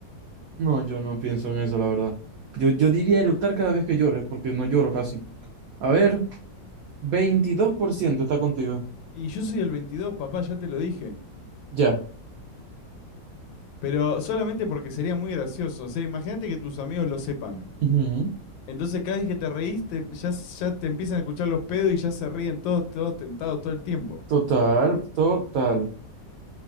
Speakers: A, on the right (about 80°); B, on the left (about 85°).
A: No, yo no pienso en eso, la verdad. Yo, yo diría eructar cada vez que llores, porque no lloro casi. A ver, 22% está contigo.
B: Y yo soy el 22, papá, ya te lo dije.
A: Ya.
B: Pero solamente porque sería muy gracioso. O sea, imagínate que tus amigos lo sepan.
A: Ujú.
B: Entonces cada vez que te reís, te- ya, ya te empiezan a escuchar los pedos y ya se ríen todos, todos tentados todo el tiempo.
A: Total, total.